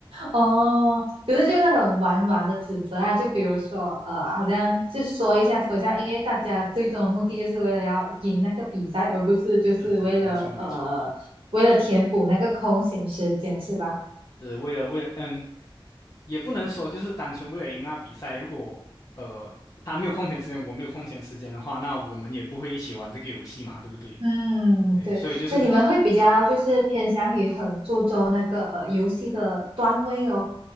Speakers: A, on the right (about 75°); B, on the left (about 35°).
A: 哦，可是就那种玩玩的指责啊，就比如说呃，好像就说一下说一下，因为大家最终的目的就是为了要赢那个比赛，而不是就是为了呃为了填补那个空闲时间，
B: 是是，没错没错，
A: 是吧？
B: 是为了为了嗯，也不能说就是单纯为了赢那比赛。如果呃他没有空闲时间，我没有空闲时间的话，那我们也不会一起玩这个游戏嘛，对不对？
A: 嗯，
B: 对，
A: 对，
B: 所以就是
A: 所以你们会比较就是偏向于很注重那个呃游戏的段位哦。